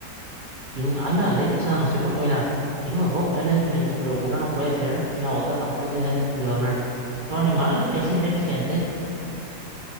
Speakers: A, on the right; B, on the left.
A: Tiene un ala de aleta. O sea, no sé por qué, mira, tengo dos opciones en mi mente, pero una no puede ser y la otra tampoco
B: A ver,
A: tendría sentido. A ver, ¿tu
B: a
A: animal
B: ver, decime
A: es inteligente?